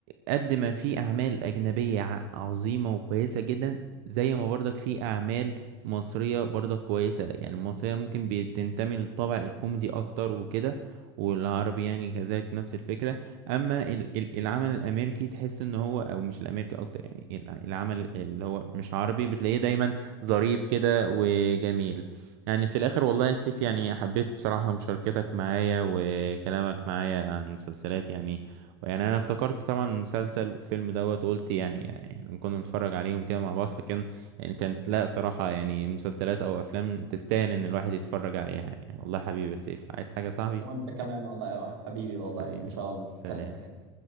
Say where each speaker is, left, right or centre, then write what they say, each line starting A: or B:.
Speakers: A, on the right; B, on the right.
A: قد ما في أعمال أجنبية ع- عظيمة وكويسة جدا زي ما برضك في أعمال مصرية برضك كويسة يعني المصرية ممكن بتنتمي للطابع الكوميدي أكتر وكده والعربي يعني كذلك نفس الفكرة أما ال- ال- العمل الأمريكي تحس إن هو أو مش الأمريكي أكتر يعني الع- العمل اللي هو مش عربي بتلاقيه دايما ظريف كده وجميل يعني في الاخر والله يا سيف يعني حبيت بصراحة مشاركتك معايا وكلامك معايا عن المسلسلات يعني يعني انا افتكرت طبعا المسلسل والفيلم دوت وقلت يعني يعني كنا بنتفرج عليهم كده مع بعض فكان يعني كانت لا صراحة يعني مسلسلات او افلام تستاهل ان الواحد يتفرج عليها يعني والله حبيبي يا سيف عايز حاجة يا صاحبي
B: وانت كمان والله يا واحد حبيبي والله
A: حبيبي
B: ان شاء الله
A: سلام
B: نتكلم تاني